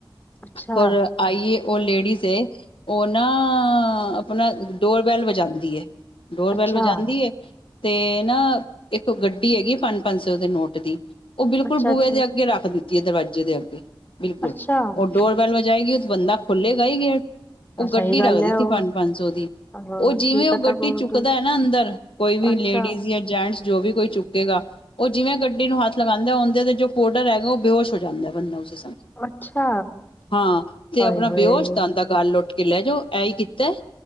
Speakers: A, on the left; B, on the left.
A: ਅੱਛਾ
B: ਹੋਰ ਆਈਏ ਉਹ ਲੇਡੀਜ਼ ਏ ਉਹ ਨਾ ਆਪਣਾ ਡੋਰਵੈੱਲ ਵਜਾਂਦੀ ਏ। ਡੋਰ
A: ਅੱਛਾ
B: ਬੈਲ ਵਜਾਂਦੀ ਏ ਤੇ ਨਾ ਇੱਕ ਗੱਡੀ ਹੈਗੀ ਪੰਜ-ਪੰਜ ਸੌ ਦੇ ਨੋਟ ਦੀ। ਉਹ ਬਿਲਕੁਲ
A: ਅੱਛਾ
B: ਬੂਹੇ ਦੇ ਅੱਗੇ ਰੱਖ ਦਿੱਤੀ ਏ ਦਰਵਾਜ਼ੇ ਦੇ ਅੱਗੇ ਬਿਲਕੁਲ
A: ਅੱਛਾ
B: ਉਹ ਡੋਰਬੈਲ ਵਜਾਏਗੀ ਉਹ ਬੰਦਾ ਖੋਲੇਗਾ ਹੀ ਗੇਟ। ਉਹ ਗੱਡੀ
A: ਸਹੀ ਗੱਲ
B: ਰੱਖ
A: ਹੈ
B: ਦਿੱਤੀ
A: ਉਹ
B: ਪੰਜ-ਪੰਜ ਸੌ ਦੀ
A: ਹਾਂ
B: ਉਹ ਜਿਵੇਂ
A: ਕੀ
B: ਉਹ
A: ਪਤਾ
B: ਗੱਡੀ
A: ਕੌਣ
B: ਚੁੱਕਦਾ ਹੈ ਨਾ ਅੰਦਰ ਕੋਈ ਵੀ
A: ਅੱਛਾ
B: ਲੇਡੀਜ਼ ਜਾਂ ਜੈਂਟਸ ਜੋ ਵੀ ਕੋਈ ਚੁੱਕ ਗਾ ਉਹ ਜਿਵੇਂ ਗੱਡੀ ਨੂੰ ਹੱਥ ਲਗਾਦਾ ਉਹਦੇ ਜੋ ਪੋਡਰ ਹੈਗਾ ਉਹ ਬੇਹਸ਼ ਹੋ ਜਾਂਦਾ ਬੰਦਾ ਉਸ ਹਿਸਾਬ ਨਾਲ।
A: ਅੱਛਾ
B: ਹਾਂ ਤੇ
A: ਹਾਏ
B: ਆਪਣਾ
A: ਹਾਏ
B: ਬੇਹੋਸ਼ ਤਾਨ ਤੱਕ ਘੱਰ ਲੁੱਟ ਕੇ ਲੈ ਜਾਓ ਐ ਹੀ ਕੀਤਾ